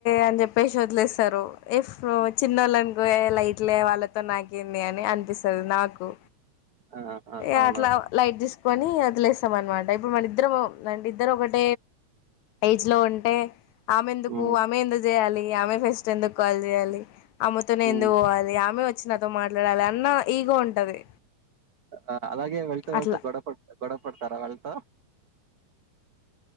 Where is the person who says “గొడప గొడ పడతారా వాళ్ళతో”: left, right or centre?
Right